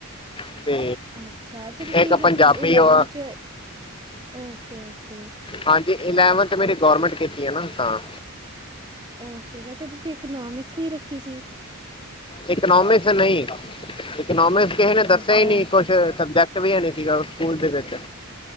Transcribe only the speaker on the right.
ਅੱਛਾ ਅੱਛਾ ਤੁਸੀਂ
ਮਤਲਬ
ਇਲੈਵਨ
ਚ, ਓਕੇ ਓਕੇ।
ਓਕੇ ਕਚਾ ਤੁਸੀਂ ਇਕਨੋਮਿਕਸ ਨਹੀਂ ਰੱਖੀ ਸੀ?
ਅੱਛਾ,